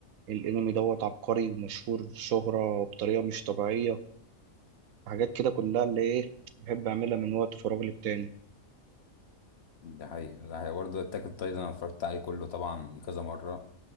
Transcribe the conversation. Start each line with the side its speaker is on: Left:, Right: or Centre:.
Right: الانمي دوت عبقري ومشهور شهرة بطريقة مش طبيعية حاجات كده كلها اللي ايه بحب اعملها من وقت فراغي للتاني
Left: ده حقيقي ده حقيقي برضه أتاك أون تايتن أنا اتفرجت عليه كله طبعا كذا مرة